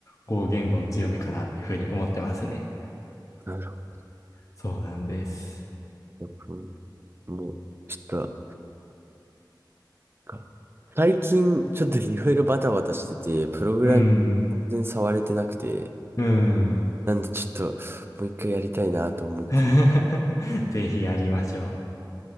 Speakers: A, on the left (about 40°); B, on the right (about 30°).
A: 語言語の強みかなっていうふうに思ってますね。
B: なるほど。
A: そうなんです。
B: 僕もう、ちょっと、か最近、ちょっといろいろバタバタしてて、プログラミ
A: うーん、
B: ング全然触れてなくて、
A: うーん。
B: なんでちょっと、もう一回やりたいなと思って。
A: <laughs> ぜひやりましょ